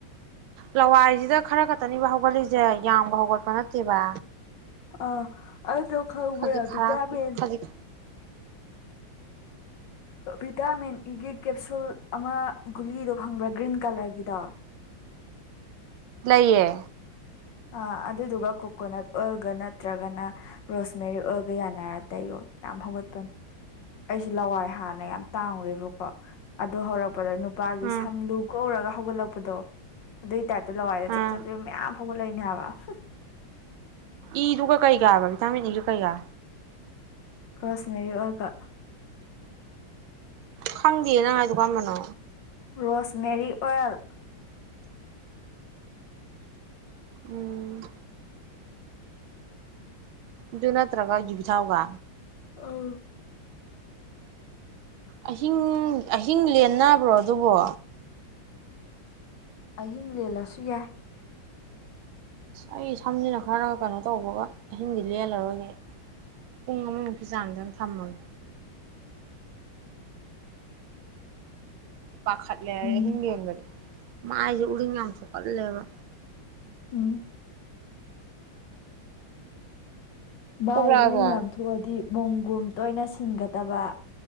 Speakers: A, on the right; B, on the left.
A: ꯂꯋꯥꯏꯁꯤꯗ ꯈꯔ ꯈꯛꯇꯅꯤꯕ ꯍꯧꯒꯠꯂꯤꯁꯦ ꯌꯥꯝꯅ ꯍꯧꯒꯠꯄ ꯅꯠꯇꯦꯕ
B: ꯑ ꯑꯗꯨ ꯈꯪꯕꯔꯥ
A: ꯈꯖꯤꯛ ꯈꯔ
B: ꯕꯤꯇꯃꯤꯟ
A: ꯈꯖꯤꯛ
B: ꯕꯤꯇꯥꯃꯤꯟ ꯏꯒꯤ ꯀꯦꯞꯁꯨꯜ ꯑꯃ ꯒꯨꯂꯤꯗꯣ ꯈꯪꯕ꯭ꯔꯥ ꯒ꯭ꯔꯤꯟ ꯀꯂꯔꯒꯤꯗꯣ
A: ꯂꯩꯌꯦ
B: ꯑꯥ ꯑꯗꯨꯗꯨꯒ ꯀꯣꯀꯣꯅꯠ ꯑꯣꯏꯜꯒ ꯅꯠꯇ꯭ꯔꯒꯅ ꯔꯣꯁꯃꯦꯔꯤ ꯑꯣꯏꯜꯒ ꯌꯥꯅꯔ ꯇꯩ ꯌꯣ ꯌꯥꯝ ꯍꯧꯒꯠꯄꯅꯤ ꯑꯩꯁꯨ ꯂꯋꯥꯏ ꯍꯥꯟꯅ ꯌꯥꯝ ꯇꯥꯡꯨꯔꯦꯕꯀꯣ ꯑꯗꯣ ꯍꯧꯔꯛ ꯄꯗ ꯅꯨꯄꯥꯒꯤ
A: ꯎꯝ
B: ꯁꯝ ꯂꯨ ꯀꯣꯛ ꯎꯔꯒ ꯍꯧꯒꯠꯂꯛꯄꯗꯣ ꯑꯗꯨ ꯇꯥꯏꯞ ꯇ ꯂꯋꯥꯏꯗ ꯆꯛ
A: ꯎꯝ
B: ꯆꯛ ꯆꯛ ꯃꯌꯥꯝ ꯍꯧꯒꯠꯂꯛꯏꯅꯦ ꯍꯥꯏꯕ ꯍꯨ
A: ꯏꯗꯨꯒ ꯀꯩꯀꯥꯕ ꯚꯤꯇꯥꯃꯤꯟ ꯏꯗꯨ ꯀꯩꯒ
B: ꯔꯣꯁꯃꯦꯔꯤ ꯑꯣꯏꯜꯒ
A: ꯈꯪꯗꯤꯌꯦ ꯅꯪ ꯍꯥꯏꯗꯣ ꯀꯔꯝꯕꯅꯣ
B: ꯔꯣꯁꯃꯦꯔꯤ ꯑꯣꯏꯜ
A: ꯎꯝ ꯑꯗꯨ ꯅꯠꯇ꯭ꯔꯒ ꯌꯨꯕꯤꯊꯥꯎꯒ
B: ꯑꯥ
A: ꯑꯍꯤꯡ ꯑꯍꯤꯡ ꯂꯦꯟꯅꯕ꯭ꯔꯣ ꯑꯗꯨꯕꯣ
B: ꯑꯍꯤꯡ ꯂꯦꯜꯂꯁꯨ ꯌꯥꯏ
A: ꯑꯩ ꯁꯝꯁꯤꯅ ꯈꯔ ꯀꯩꯅꯣ ꯇꯧꯕꯒ ꯑꯍꯤꯡꯗꯤ ꯂꯦꯜꯂꯔꯣꯏꯒꯦ ꯄꯨꯡ ꯑꯃꯃꯨꯛꯀꯤ ꯆꯥꯡꯗꯪ ꯊꯝꯃꯒꯦ ꯄꯥꯈꯠ ꯂꯦ ꯑꯍꯤꯡ
B: ꯎꯝ
A: ꯂꯦꯟꯕꯖꯦ ꯃꯥꯥꯏꯁꯦ ꯎꯔꯤꯡ ꯌꯥꯝ ꯊꯣꯛꯀꯜ ꯇꯜꯂꯦꯕ
B: ꯎꯝ ꯚꯥꯏ
A: ꯊꯣꯛꯂꯛꯑꯕꯣ
B: ꯎꯔꯤꯡ ꯌꯥꯝ ꯊꯣꯛꯑꯗꯤ ꯃꯣꯟꯒꯨꯝ ꯇꯣꯏꯅ ꯁꯤꯟꯒꯗꯕ